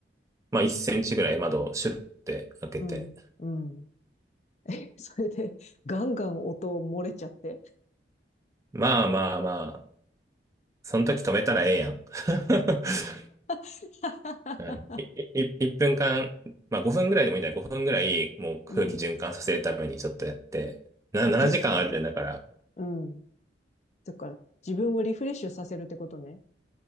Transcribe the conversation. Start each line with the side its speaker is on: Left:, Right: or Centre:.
Right: まあ、1センチぐらい窓をシュッて開けて。
Left: うん、うん。<laughs> え、それで、ガンガン音漏れちゃって。
Right: まあまあまあ、その時止めたらええやん。<laughs>
Left: <laughs>
Right: うん、い、い、い1分間、まあ5分ぐらいでもいいんじゃない ?5 分ぐらい、もう空気循環させるためにちょっとやって。
Left: うん。
Right: な、
Left: じ、
Right: 7時間あるんだから。
Left: うん。だから、自分をリフレッシュさせるってことね。